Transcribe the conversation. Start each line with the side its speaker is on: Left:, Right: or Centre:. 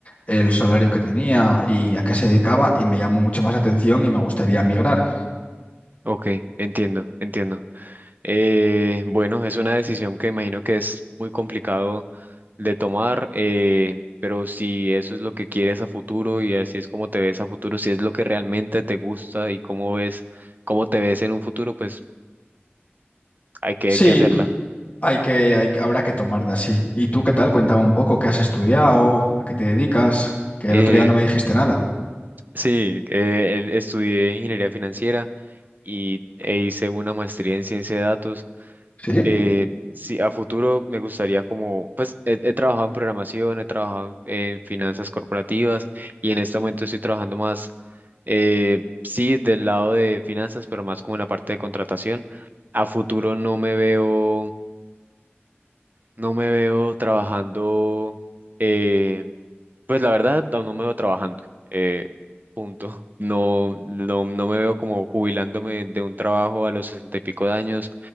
Left: el salario que tenía y a qué se dedicaba y me llamó mucho más la atención y me gustaría migrar.
Right: Ok, entiendo, entiendo. Eh, bueno, es una decisión que imagino que es muy complicado de tomar, eh, pero si eso es lo que quieres a futuro y así es como te ves a futuro, si es lo que realmente te gusta y cómo ves, cómo te ves en un futuro, pues hay que,
Left: Sí,
Right: hay que hacerla.
Left: hay que, hay, que- habrá que tomarla así. ¿Y tú qué tal? Cuéntame un poco, ¿qué has estudiado? ¿A qué te dedicas? Que
Right: Eh,
Left: el otro día no me dijiste nada.
Right: sí, eh, el- estudié ingeniería financiera y, e hice una maestría en ciencia de datos.
Left: ¿Sí?
Right: Eh, sí, a futuro me gustaría como, pues he, he trabajado en programación, he trabajado en, en finanzas corporativas y en este momento estoy trabajando más, eh, sí, del lado de finanzas, pero más como en la parte de contratación. A futuro no me veo, no me veo trabajando. eh, pues la verdad, no no me veo trabajando. eh, punto. <laughs> No, no, no me veo como jubilándome de un trabajo a los sesenta y pico de años